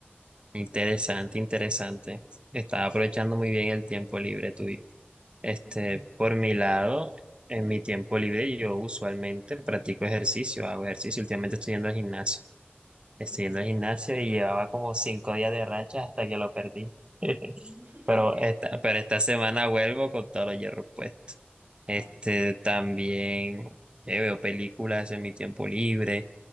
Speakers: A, on the right; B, on the right.
A: Interesante, interesante. Estás aprovechando muy bien el tiempo libre tuyo. Este,
B: <laughs>
A: por mi lado, en mi tiempo libre yo usualmente practico ejercicio, hago ejercicio, últimamente estoy yendo al gimnasio.
B: Uf.
A: Estoy yendo al gimnasio y llevaba como cinco días de racha hasta que lo perdí. <laughs>
B: <laughs>
A: Pero esta, pero esta semana vuelvo con todos los hierros puestos.
B: Así
A: Este,
B: es.
A: también eh, veo películas en mi tiempo libre,